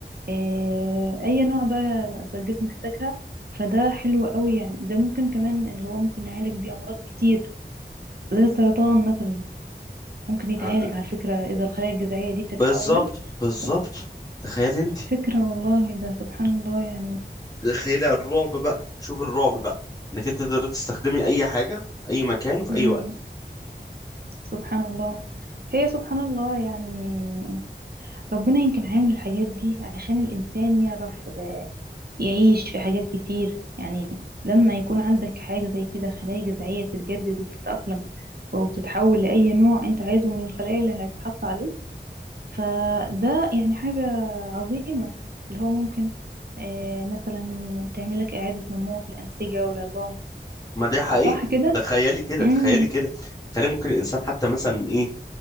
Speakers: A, on the right; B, on the left.
A: آه، أي نوع بقى الجسم محتاجها فده حلو قوي يعني ده ممكن كمان اللي هو ممكن نعالج بيه أمراض كتير زي السرطان مثلا ممكن يتعالج
B: أنا-
A: على فكرة إذا الخلايا الجذعية دي بتتحول
B: بالظبط بالظبط
A: ف-
B: تخيلي انت
A: فكرة والله ده سبحان الله يعني
B: خيلة الرعب بقى شوف الرعب بقى انك انت تقدر تستخدمي اي حاجة في اي مكان في
A: مم.
B: اي وقت
A: سبحان الله هي سبحان الله يعني ربنا يمكن عامل الحاجات دي عشان الإنسان يعرف آه، يعيش في حاجات كتير يعني لما يكون عندك حاجة زي كده خلايا جذعية بتتجدد وبتتأقلم وبتتحول لأي نوع أنت عايزه من الخلايا اللي هيتحط عليه فده يعني حاجة عظيمة اللي هو ممكن آه، مثلا تعمل لك إعادة نمو في الأنسجة والعظام
B: ما ده حقيقة
A: صح كده؟
B: تخيلي كده
A: امم
B: تخيلي كده تخيلي ممكن الانسان حتى مثلا ايه